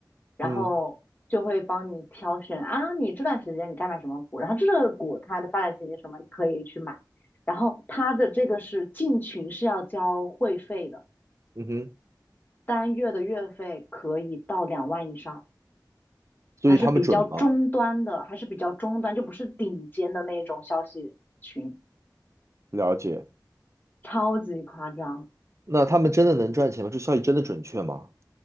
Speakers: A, on the left; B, on the right.
A: 然后就会帮你挑选啊，
B: 嗯
A: 你这段时间你该买什么股，然后这个股它的发展前景是什么，你可以去买，然后它的这个是进群是要交会费的，
B: 嗯哼，
A: 单月的月费可以到两万以上。
B: 所以他们准吗？
A: 还是比较中端的，还是比较中端，就不是顶尖的那种消息群，
B: 了解。
A: 超级夸张。
B: 那他们真的能赚钱吗？这消息真的准确吗？